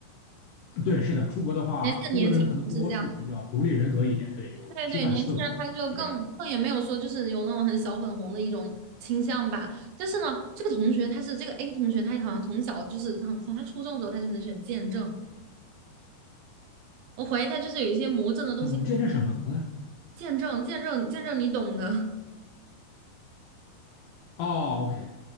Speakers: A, on the left; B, on the right.
A: 对，是的，出国的话，
B: 而且年轻人是这样的，
A: 中国的人可能多数比较独立人格一点，对，有批判思维这样。
B: 对对，年轻人他就更更也没有说就是有那种很小粉红的一种倾向吧。但是呢，这个同学他是这个 A 同学，他好像从小就是从从他初中的时候他就很喜欢见证。我怀疑他就是有一些魔怔的东西
A: 嗯，见证什么呢？
B: 见证见证见证，你懂的。<laughs>
A: 哦，OK，